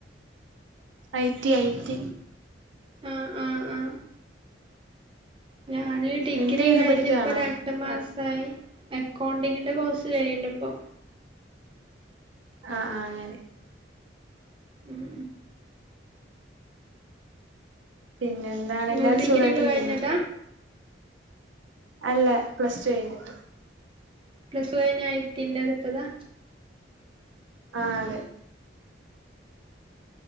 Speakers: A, on the right; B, on the right.
A: ഐടി ഐടി
B: ആ ആ ആ ഞാന് ഡിഗ്രി
A: എന്ത് ചെയ്യുന്നു
B: കഴിഞ്ഞപ്പോ
A: പഠിക്കുവാണോ
B: രണ്ട മാസം അക്കൗണ്ടിങ്ങിന്റെ കോഴ്സ് ചെയ്യ്ണ്ട് ഇപ്പൊ
A: ആഹ ആഹ് അങ്ങനെ
B: ഉം
A: പിന്നെ എന്താണ്
B: നിങ്ങൾ
A: എല്ലാരും
B: ഡിഗ്രി
A: സുഖായിട്ട്
B: ഒക്കെ
A: ഇരിക്ക്ന്നോ?
B: കഴിഞ്ഞതാ
A: അല്ല പ്ലസ്ടു കഴിഞ്ഞിട്ട്.
B: പ്ലസ്ടു കയിഞ്ഞ <unintelligible> ഇട്‌ത്തതാ
A: ആ അതെ.